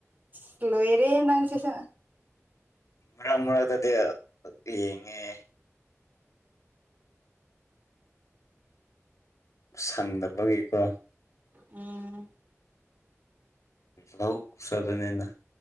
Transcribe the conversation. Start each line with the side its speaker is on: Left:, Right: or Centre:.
Right: ꯁ꯭ꯂꯣꯋꯔꯦ ꯅ ꯆ
Left: ꯃꯔꯛ ꯃꯔꯛꯇꯗꯤ ꯌꯦꯡꯉꯦ ꯁꯪꯗꯕꯒꯤꯀꯣ
Right: ꯎꯝ
Left: ꯂꯧ ꯁꯕꯅꯤꯅ